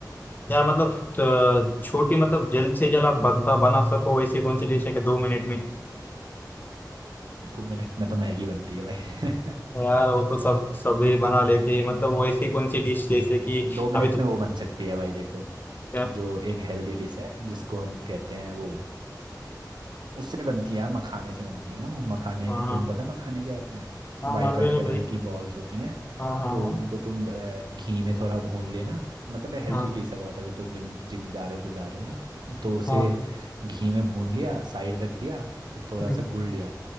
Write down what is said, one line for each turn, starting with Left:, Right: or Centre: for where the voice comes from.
Left: यार मतलब अ, छोटी मतलब जल्द से जल्द आप बनता बना सको वैसी कौन सी डिश है कि दो मिनट में
Right: दो मिनट में तो मैगी बनती है भाई
Left: यार वो तो सब सभी बना लेते हैं मतलब वो ऐसी कौन सी डिश जैसे कि
Right: <laughs> दो मिनट
Left: अभी तो
Right: में वो बन सकती है भाई देखो
Left: क्या
Right: जो एक हेल्दी डिश है जिसको हम कहते हैं वो उससे बनती है मखाने से बनती है ना वो मखाने
Left: हाँ हाँ
Right: तुम्हें पता है मखाने क्या होते हैं
Left: हाँ
Right: वाइट
Left: मालूम
Right: वाइट
Left: है ना
Right: कलर
Left: भाई
Right: की बॉल्स होती हैं
Left: हाँ हाँ
Right: तो
Left: हाँ
Right: उनको तुम अ, घी में थोड़ा भून लेना मतलब हेल्दी
Left: हाँ
Right: डिश है बहुत अगर तुम जिम जिम जा रहे हो कुछ जा रहे हो ना तो उसे
Left: हाँ
Right: घी में भून लिया साइड रख दिया फिर थोड़ा
Left: हम्म
Right: सा गुड़ लिया